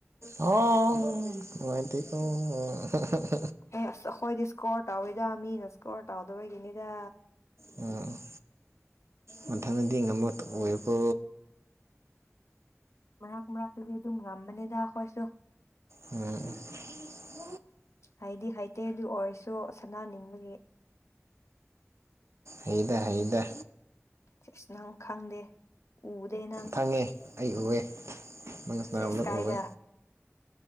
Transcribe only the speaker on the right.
ꯍꯣ ꯅꯨꯡꯉꯥꯢꯇꯦꯀꯣ <unintelligible>
ꯎꯝ ꯃꯊꯪꯗꯗꯤ ꯉꯝꯕ ꯑꯣꯏꯌꯨꯀꯣ
ꯎꯝ
ꯍꯩꯗ ꯍꯩꯗ
ꯈꯪꯉꯦ ꯑꯩ ꯎꯋꯦ ꯅꯪꯅ ꯁꯥꯟꯅꯕꯗꯣ
ꯎꯋꯦ